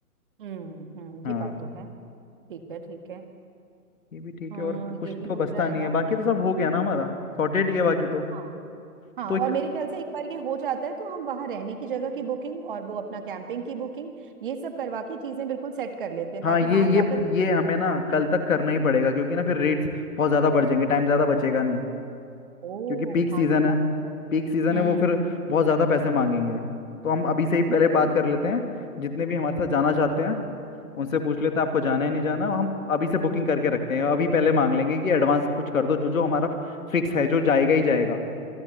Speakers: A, on the right; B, on the left.
A: हम्म हम्म
B: हाँ
A: ये बात तो है ठीक है ठीक है
B: ये भी ठीक
A: हाँ
B: है और
A: ये
B: कुछ
A: भी
B: तो
A: हो
B: बचता
A: जाएगा
B: नहीं है बाकी तो सब हो गया ना हमारा सॉर्टेड ही है बाकी तो
A: हाँ हाँ
B: तो
A: और
B: एक
A: मेरे ख्याल से एक बार ये हो जाता है तो हम वहां रहने की जगह की बुकिंग और वो अपना कैंपिंग की बुकिंग ये सब करवा के चीजें बिल्कुल सेट कर लेते हैं
B: हाँ
A: ताकि
B: ये
A: वहां जाकर
B: ये
A: ना
B: ये हमें ना
A: हो।
B: कल तक करना ही पड़ेगा क्योंकि ना फिर रेट्स बहुत ज़्यादा बढ़ जाएंगे टाइम ज़्यादा बचेगा नहीं
A: ओ
B: क्योंकि पीक सीज़न
A: हाँ ये
B: है
A: बात तो है
B: पीक सीज़न
A: हम्म
B: है वो फिर
A: हम्म।
B: बहुत ज़्यादा पैसे मांगेंगे तो हम अभी से ही पहले
A: बिल्कुल
B: बात कर लेते हैं जितने भी हमारे साथ जाना चाहते हैं उनसे पूछ लेते हैं आपको जाना है नहीं जाना हम अभी से बुकिंग करके रखते हैं अभी पहले मांग लेंगे कि एडवांस कुछ कर दो जो जो हमारा फिक्स है जो जाएगा ही जाएगा